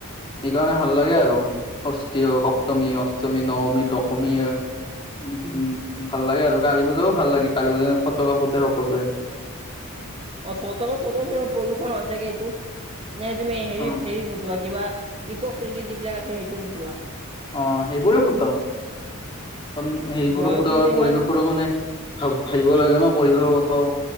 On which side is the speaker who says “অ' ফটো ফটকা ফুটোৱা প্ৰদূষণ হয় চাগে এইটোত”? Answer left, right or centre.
Right